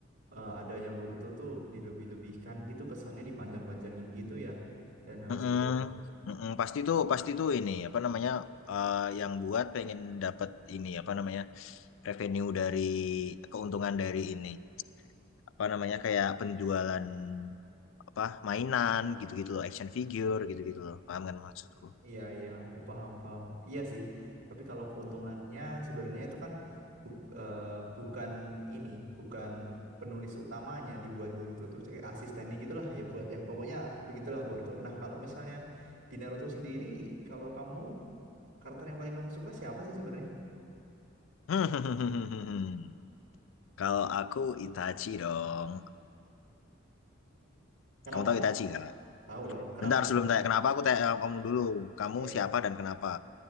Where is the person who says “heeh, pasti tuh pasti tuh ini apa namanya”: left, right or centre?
Left